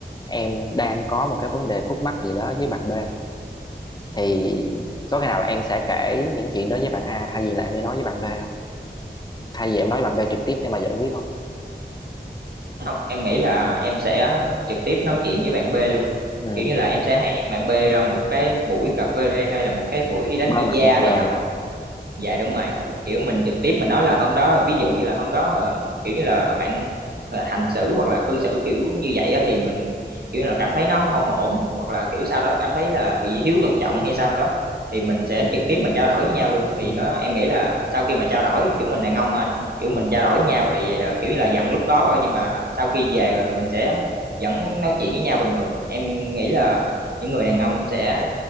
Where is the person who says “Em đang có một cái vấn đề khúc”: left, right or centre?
Left